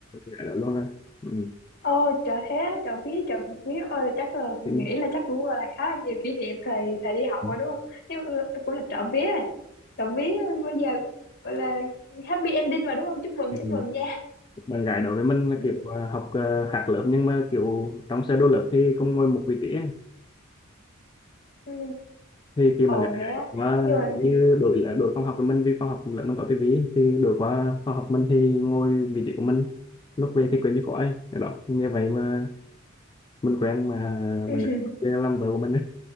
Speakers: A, on the left; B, on the left.
A: gái đó luôn rồi ừ.
B: ờ trời thế trời biết trời biết ơi là chắc là
A: Ừ.
B: nghĩ là chắc cũng gọi là khá là nhiều kỷ niệm thầy thầy đi học
A: Ừ.
B: rồi đúng không nhưng mà cũng là trộm vía rồi trộm vía bây giờ gọi là happy ending rồi đúng không chúc mừng
A: Ừ.
B: chúc mừng nha
A: bạn gái đó với mình là
B: ừ.
A: kiểu ờ, học ờ, khác lớp nhưng mà kiểu trong sơ đồ lớp thì cũng ngồi một vị trí ấy.
B: ừ.
A: thì khi
B: ờ
A: bạn gái
B: thế á
A: mà
B: nhưng mà
A: kiểu như đổi là đổi phòng học với mình vì phòng học lớp mình có tivi thì đổi qua phòng học mình thì ngồi vị trí của mình lúc về thì quên như khỏi đó như vậy mà mình quen mà
B: <laughs>
A: mình làm vợ của mình